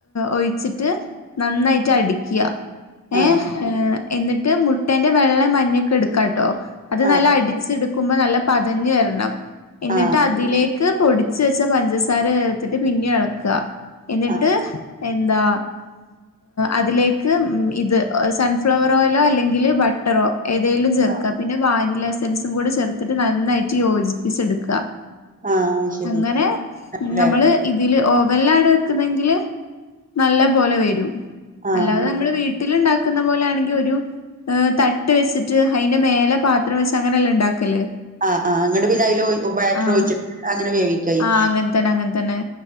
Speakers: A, on the left; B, on the right.
A: ഒഴിച്ചിട്ട് നന്നായിട്ട് അടിക്ക്യാ ഏഹ്
B: ആഹ്
A: എന്ന്ട്ട് മുട്ടേന്റെ വെള്ളേം മഞ്ഞക്കെ ഇട്ക്കാട്ടോ അത്
B: ആഹ് ആഹ്
A: നല്ല അടിച്ചെടുക്കുമ്പ നല്ല പ തഞ് വര്ണം എന്നിട്ട്
B: ആഹ് ആഹ്
A: അതിലേ ക്ക് പൊടിച്ച് വെച്ച പഞ്ചസാര ചേർത്തിട്ട് പിന്നി എളക്ക എന്നിട്ട്
B: ആഹ്
A: എന്താ അതിലേക്ക് ഇത് സൺഫ്ലവർ ഓയലോ അല്ലെങ്കില് ബ ട്ടറോ ഏതെലും ചെർക്ക
B: ആഹ്
A: പിന്ന വാനില എസൻസും കൂടെ ചേർത്ത്ട്ട് നന്നായി റ്റി യോജിപ്പിച്ചെടുക്ക
B: ആഹ് ശരി
A: അങ്ങനെ
B: അല്ലെ
A: നമ്മള് ഇതില് ഓവൽലാണ് വെക്കുന്നെങ്കില് നല്ല പോലെ വരും
B: ആഹ്
A: അല്ലാതെ നമ്മള് വീ ട്ടില് ഇണ്ടാക്കുന്ന പോലെ ആണെങ്കി ഒരു തട്ട് വെച്ചിട്ട് അയിന്റെ മേലെ പാത്രം വെച്ച് അങ്ങനല്ലേ ഇണ്ടാക്കല്
B: ആ ആ ന്നട്ട് പിന്നെ അയില് ബാറ്ററ്
A: ആഹ്
B: ഒഴിച്ചിട്ട് അങ്ങനെ വേവിക്കയ്യ
A: ആഹ് അങ്ങൻ തന്നെ അങ്ങൻ തന്നെ